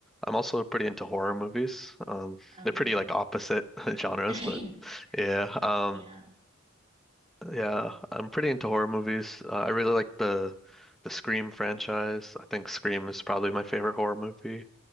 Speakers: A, in the centre; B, on the right (about 25°).
A: I'm also pretty into horror movies. Um,
B: Oh,
A: they're pretty
B: okay.
A: like opposite <laughs> genres,
B: <laughs> I mean,
A: but yeah. Um,
B: yeah.
A: Yeah, I'm pretty into horror movies. Uh, I really like the the Scream franchise. I think Scream is probably my favorite horror movie.